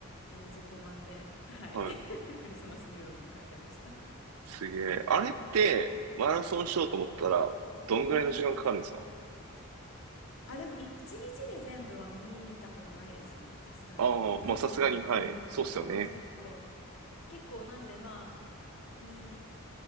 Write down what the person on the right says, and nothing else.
はい。
すげえ。あれって、マラソンしようと思ったら、どんぐらいの時間かかるんですか
ああー、
まあさすがに、はい。
そうっすよね。